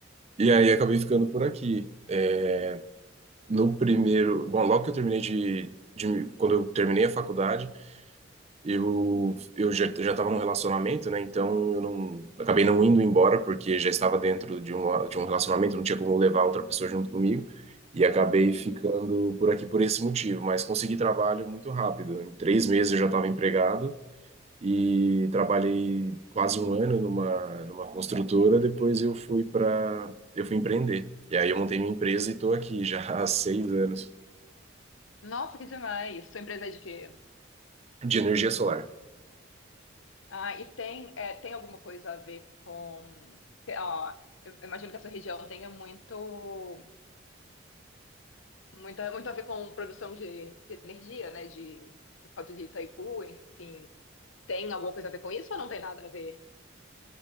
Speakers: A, on the right; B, on the left.
A: E aí acabei ficando por aqui. É, no primeiro. Bom, logo que eu terminei de, de. Quando eu terminei a faculdade, Eu, eu já já estava num relacionamento, né? Então eu não acabei não indo embora porque já estava dentro de um, de um relacionamento, não tinha como levar outra pessoa junto comigo e acabei
B: Sim.
A: ficando por aqui por esse motivo. Mas consegui trabalho muito rápido. Em três meses eu já estava empregado e trabalhei quase um ano numa numa construtora. Depois eu fui para eu fui empreender e aí eu montei minha empresa e estou aqui já <laughs> há seis anos
B: Nossa, que demais. Sua empresa é de quê?
A: de energia solar.
B: Ah, e tem, é, tem alguma coisa a ver com. Ó, eu imagino que essa região tenha muito, muito, muito a ver com produção de, de energia, né? De, por causa de Itaipu, enfim. Tem alguma coisa a ver com isso ou não tem nada a ver?